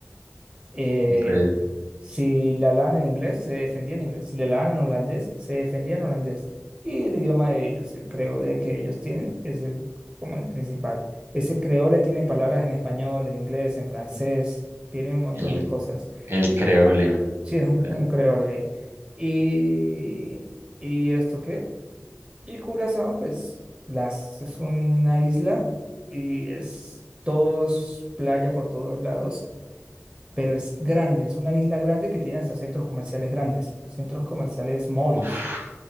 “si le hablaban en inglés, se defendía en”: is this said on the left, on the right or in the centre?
Right